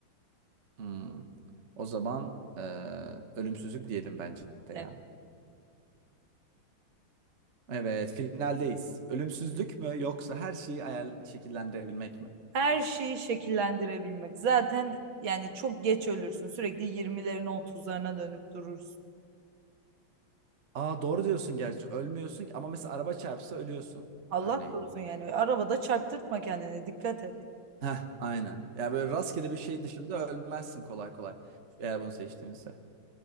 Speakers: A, on the right; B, on the right.
A: Hmm. O zaman eee, ölümsüzlük diyelim bence de
B: Evet.
A: ya. Evet, finaldeyiz. Ölümsüzlük mü yoksa her şeyi ayar şekillendirebilmek mi?
B: Her şeyi şekillendirebilmek. Zaten yani çok geç ölürsün. Sürekli 20'lerine otuzlarına dönüp durursun.
A: Aa doğru diyorsun gerçi. Ölmüyorsun ki- ama mesela araba çarpsa ölüyorsun
B: Allah
A: örneğin.
B: korusun yani. Arabada çarptırtma kendini. Dikkat et.
A: Heh, aynen. Ya böyle rastgele bir şey dışında ölmezsin kolay kolay. Eğer bunu seçtiğimizde.